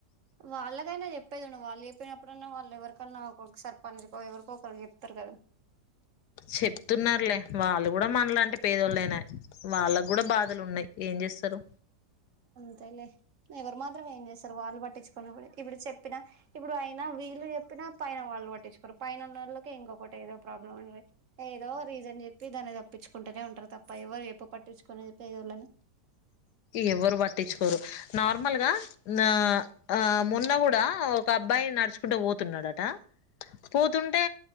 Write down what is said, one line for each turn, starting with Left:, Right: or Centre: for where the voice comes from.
Right: వాళ్ళకైనా చెప్పేది ఉండు వాళ్ళు ఎప్పియినప్పుడన్నా వాళ్ళు ఎవరికన్నా ఒక్కొక్కసారి సర్పంచ్ కో ఎవరికొ ఒకరు చెప్తారు కదా
Left: చెప్తున్నారులే వాళ్ళు కూడా మనలాంటి పేదోళ్ళయినాయి వాళ్ళకి కూడా బాధలు ఉన్నాయి ఏం చేస్తారు
Right: అంతేలే ఎవరు మాత్రం ఏం చేస్తారు వాళ్ళు పట్టిచ్చు <inaudible> ఇప్పుడు చెప్పినా ఇప్పుడు అయినా వీళ్ళు చెప్పినా పైన వాళ్ళు పట్టించుకోరు పైనున్నోళ్లకే ఇంకొకటి ఏదో ప్రాబ్లం ఉంది ఏదో రీజన్ చెప్పి దానే తప్ ప్పించుకుంటూనే ఉంటారు తప్ప ఎవరు ఎప్పు పట్టించుకొని చెప్పు పేదోళ్ళని
Left: ఎవరు పట్టించుకోరు నార్మల్గా నా అ మొన్న గూ <unintelligible> ఒక అబ్బాయి నడుచుకుంటా పోతున్నాడు ట పోతుంటే